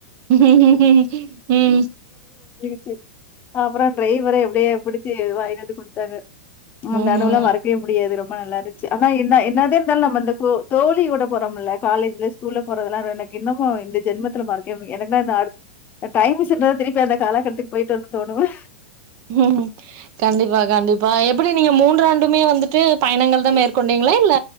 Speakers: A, on the right; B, on the left.
A: உம்ஹூஹூம் உம்
B: செ அப்புறம் ட்ரைவர எப்டியே பிடிச்சி வாங்கினுவந்து குடுத்தாங்க முந்தா
A: ம்
B: நாள் மறக்கவே முடியாது ரொம்ப நல்லா இருன்சு ஆனா என்ன என்னாது இருந்தாலும் நம்ம இந்த தோழி கூட போறோம்ல காலேஜ்ல ஸ்கூல்ல போடுறதலாம் நானு இன்னும் ஓ இந்த ஜென்மத்துல மறக்கவே முடியாது எனக்கு தான் இந்த அடுத்த டைம்மிஷின்ல திருப்பி அந்த காலக் கட்டத்துக்கு போயிட்டு வரனும்னு தோணும்
A: ஹம் கண்டிப்பா கண்டிப்பா எப்படி நீங்க மூன்றாண்டுமே வந்துட்டு பயணங்கள் தான் மேற்கொண்டீங்களா இல்ல